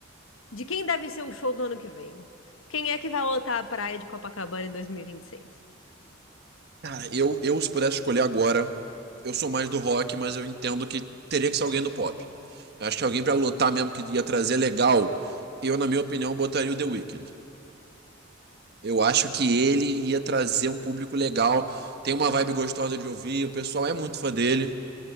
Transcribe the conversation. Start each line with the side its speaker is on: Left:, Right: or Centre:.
Left: De quem deve ser o show do ano que vem? Quem é que vai lotar a praia de Copacabana em 2026?
Right: Cara, eu, eu se pudesse escolher agora, eu sou mais do rock, mas eu entendo que teria que ser alguém do pop. Eu acho que alguém pra lutar mesmo que ia trazer legal, eu, na minha opinião, botaria o The Weeknd. Eu acho que ele ia trazer um público legal, tem uma vibe gostosa de ouvir, o pessoal é muito fã dele.